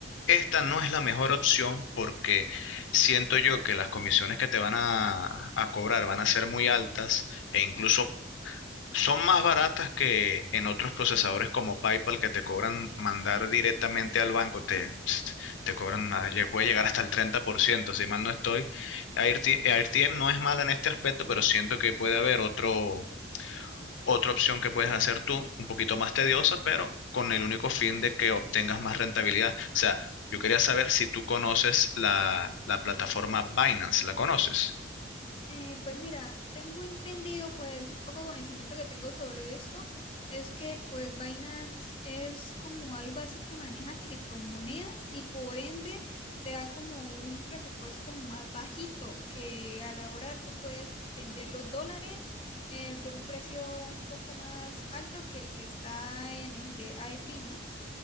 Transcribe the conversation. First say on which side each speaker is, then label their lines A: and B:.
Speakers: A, on the left; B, on the left.
A: Esta no es la mejor opción porque siento yo que las comisiones que te van a, a cobrar van a ser muy altas e incluso son más baratas que en otros procesadores como PayPal que te cobran mandar directamente al banco, te, te cobran, nada, lle- puede llegar hasta el treinta por ciento si mal no estoy. AirT- AirTM no es mala en este aspecto, pero siento que puede haber otro, otra opción que puedes hacer tú, un poquito más tediosa, pero con el único fin de que obtengas más rentabilidad. O sea, yo quería saber si tú conoces la, la plataforma Binance, ¿la conoces?
B: Eh, pues mira, tengo entendido, pues el poco conocimiento que tengo sobre esto es que pues Binance es como algo así que maneja criptomonedas y por ende te da como un presupuesto como más bajito, que a la hora tú puedes vender los dólares eh, por un precio un poco más alto que el que está en el de Airbnb, ¿no?